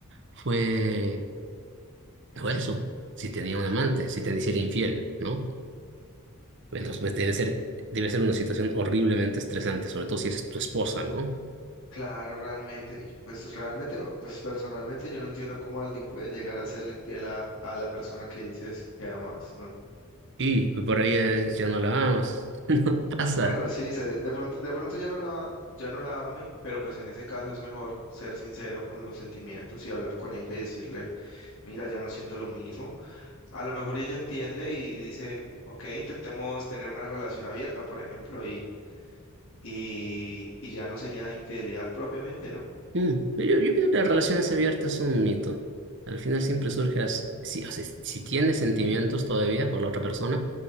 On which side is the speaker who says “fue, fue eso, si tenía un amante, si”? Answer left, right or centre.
Right